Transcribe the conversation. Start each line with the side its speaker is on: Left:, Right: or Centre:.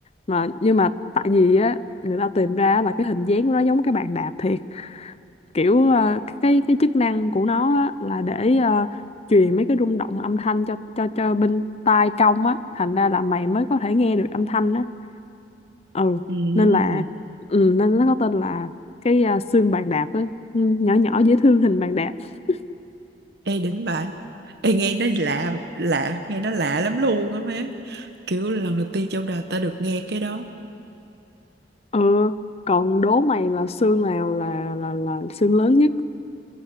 Left: mà nhưng mà tại vì á người ta tìm ra là cái hình dáng của nó giống cái bàn đạp thiệt kiểu ờ, cái cái chức năng của nó á, là để ờ, truyền mấy cái rung động âm thanh cho cho cho bên tai trong á thành ra là mày mới có thể nghe được âm thanh á ừ
Right: Ừ,
Left: nên là ừ, nên nó có tên là cái ờ, xương bàn đạp á Ừ, nhỏ nhỏ dễ thương hình bàn đạp Ừ.
Right: ê đỉnh vậy. Ê nghe nó lạ, lạ, nghe nó lạ lắm luôn á má. Kiểu lần đầu tiên trong đời tao được nghe cái đó.
Left: Ờ, còn đố mày là xương nào là là là xương lớn nhất?